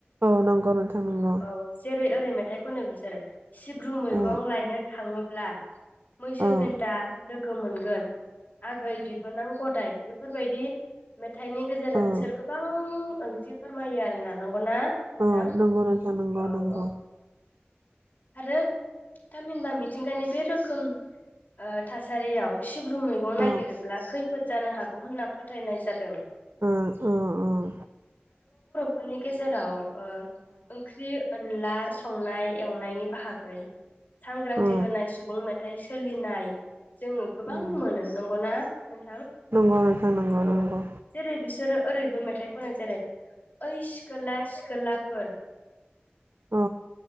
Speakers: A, on the right; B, on the left.
A: औ नंगौ नोंथां नंगौ।
B: औ जेरै ओरै मेथाइ खनो बिसोरो सिब्रु मैगं
A: औ
B: लायनो थाङोब्ला मैसो
A: औ
B: फेन्दा लोगो मोनगोन आगै बिबोनां गदाय बेफोरबायदि मेथाइनि गेजेरजों
A: औ औ
B: बिसोर गोबां ओंथि फोरमायो आरो ना नंगौना? नोंथां
A: उम नंगौ नोंथां नंगौ
B: औ
A: नंगौ।
B: औ आरो थामहिनबा मिथिंगानि बे रोखोम ओ थासारियाव सिब्रु मैगं नागिरोब्ला
A: औ
B: खैफोद जानो हागौ होनना फोथायनाय जाद दों।
A: ओम ओम ओम।
B: फोरनि गेजेराव ओ ओंख्रि अनला संनाय एवनायनि बाहागै सांग्रांथि
A: ओ
B: होनाय सुबुं मे थाय सोलिनाय जोङो गोबां
A: उम
B: मोनो नंगौना? नोंथां
A: नंगौ नोंथां नंगौ
B: औ
A: नंगौ।
B: जेरै बिसोरो ओरैबो मेथाइ खनो जेरै ओइ सिखोला सिखोलाफोर
A: औ।